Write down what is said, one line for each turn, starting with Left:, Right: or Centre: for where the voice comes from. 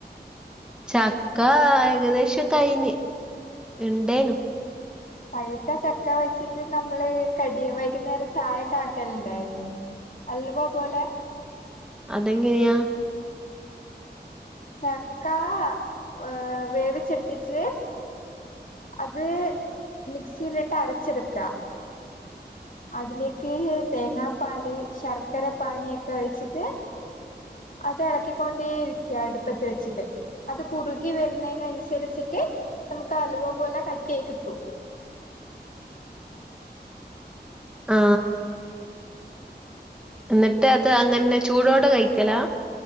Centre: ചക്ക ഏകദേശം കഴിന് ഇണ്ടേനു
Left: പഴ്ത്ത ചക്ക വെച്ചിട്ട് നമ്മള് കടിയ വൈകുന്നേരം ചായയൊക്കെ ആക്കല്ണ്ടായ്ര്ന്നേ അൽവ പോലെ
Centre: അതെങ്ങനെയാ
Left: ചക്കാ ഏ വേവിച്ചെട്ത്തിട്ട് അത് മിക്സിയിലിട്ട് അരച്ചെട്ക്ക അതിലേക്ക് തേങ്ങാപ്പാല് ശർക്കര പാനിയൊക്കെ ഒഴിച്ചിട്ട് അത് എളക്കിക്കൊണ്ടേരിക്ക അടുപ്പത്ത് വെച്ചിട്ട് അത് കുറുകി വരുന്നേനൻസരിച്ചിട്ട് നമുക്ക് അലുവ പോലെ കട്ടി ആയി കിട്ടു
Centre: ആ എന്നിട്ട് അത് അങ്ങൻന്നെ ചൂടോടെ കഴിക്കലാ